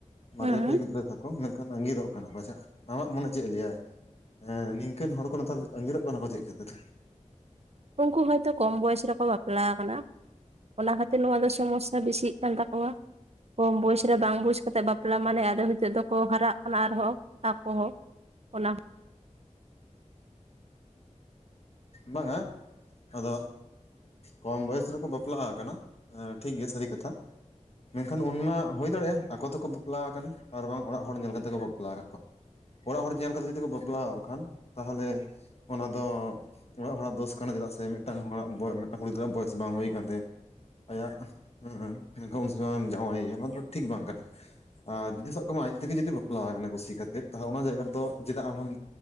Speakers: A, on the left (about 55°); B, on the right (about 55°).
A: ᱵᱟᱨᱭᱟ
B: ᱦᱩᱸ
A: ᱯᱮᱭᱟ ᱜᱤᱫᱽᱨᱟᱹ ᱛᱟᱠᱚ ᱢᱮᱱᱠᱷᱟᱱ ᱟᱸᱜᱤᱨᱚᱜ ᱠᱟᱱᱟ ᱠᱚ ᱟᱪᱪᱷᱟ ᱟᱢᱟᱜ ᱢᱚᱱᱮ ᱪᱮᱫ ᱮ ᱞᱟᱹᱭᱟᱭ ᱦᱮᱸ ᱱᱤᱝᱠᱟᱹᱱ ᱦᱚᱲ ᱠᱚ ᱱᱮᱛᱟᱨ ᱟᱸᱜᱤᱨᱚᱜ ᱠᱟᱱᱟ ᱠᱚ ᱪᱮᱫ ᱠᱷᱟᱹᱛᱤᱨ
B: ᱩᱱᱠᱩ ᱦᱚᱭᱛᱚ ᱠᱚᱢ ᱵᱚᱭᱮᱥ ᱨᱮᱠᱚ ᱵᱟᱯᱞᱟ ᱟᱠᱟᱱᱟ ᱚᱱᱟ ᱠᱷᱟᱹᱛᱤᱨ ᱱᱚᱣᱟ ᱫᱚ ᱥᱚᱢᱚᱥᱭᱟ ᱵᱤᱥᱤᱜ ᱠᱟᱱ ᱛᱟᱠᱚᱣᱟ ᱠᱚᱢ ᱵᱚᱭᱮᱥ ᱨᱮ ᱵᱟᱝ ᱵᱩᱡᱽ ᱠᱟᱛᱮᱫ ᱵᱟᱯᱞᱟ ᱢᱟᱱᱮ ᱟᱫᱚ ᱦᱤᱸᱛᱚᱜ ᱫᱚᱠᱚ ᱦᱟᱨᱟᱜ ᱠᱟᱱᱟ ᱟᱨᱦᱚᱸ ᱟᱠᱚ ᱦᱚᱸ ᱚᱱᱟ
A: ᱵᱟᱝᱼᱟ ᱟᱫᱚ ᱠᱚᱢ ᱵᱚᱭᱮᱥ ᱨᱮᱠᱚ ᱵᱟᱯᱞᱟ ᱟᱠᱟᱱᱟ ᱴᱷᱤᱠ ᱜᱮᱭᱟ ᱥᱟᱹᱨᱤ ᱠᱟᱛᱷᱟ ᱢᱮᱱᱠᱷᱟᱱ ᱩᱱᱢᱟ ᱦᱩᱭ ᱫᱟᱲᱮᱭᱟᱜᱼᱟ ᱟᱠᱚ ᱛᱮᱠᱚ ᱵᱟᱯᱞᱟ ᱟᱠᱟᱱᱟ ᱟᱨ ᱵᱟᱝ ᱚᱲᱟᱜ ᱦᱚᱲ ᱧᱮᱞ ᱠᱟᱛᱮ ᱠᱚ ᱵᱟᱯᱞᱟ ᱟᱠᱟᱫ ᱠᱚᱣᱟ ᱚᱲᱟᱜ ᱦᱚᱲ ᱧᱮᱞ ᱠᱟᱛᱮ ᱡᱩᱫᱤ ᱠᱚ ᱵᱟᱯᱞᱟ ᱚᱜ ᱠᱷᱟᱱ ᱛᱟᱦᱮᱞᱮ ᱚᱱᱟ ᱫᱚ ᱚᱲᱟᱜ ᱦᱚᱲᱟᱜ ᱫᱚᱥ ᱠᱟᱱᱟ ᱪᱮᱫᱟᱜ ᱥᱮ ᱢᱤᱫᱴᱟᱝ ᱦᱚᱲᱟᱜ ‌ᱵᱚᱭ ᱢᱤᱫᱴᱟᱝ ᱠᱩᱲᱤ ᱜᱤᱫᱽᱨᱟᱹᱣᱟᱜ ᱵᱚᱭᱮᱥ ᱵᱟᱝ ᱦᱩᱭ ᱟᱠᱟᱱ ᱛᱟᱭᱟ ᱟᱭᱟᱜ ᱦᱮᱸ ᱮᱱᱠᱷᱟᱱ ᱩᱱ ᱥᱚᱢᱚᱭ ᱮᱢ ᱡᱟᱶᱟᱭᱮᱭᱟ ᱚᱱᱟ ᱫᱚ ᱴᱷᱤᱠ ᱵᱟᱝ ᱠᱟᱱᱟ ᱟᱨ ᱡᱩᱫᱤ ᱥᱟᱵ ᱠᱟᱢᱟᱭ ᱟᱡ ᱛᱮᱜᱮ ᱡᱩᱫᱤ ᱵᱟᱯᱞᱟ ᱟᱠᱟᱱᱟᱭ ᱠᱩᱥᱤ ᱠᱟᱛᱮᱫ ᱛᱟᱦᱚ ᱚᱱᱟ ᱡᱟᱭᱜᱟ ᱨᱮᱫᱚ ᱪᱮᱫᱟᱜ ᱟᱢ ᱦᱚᱢ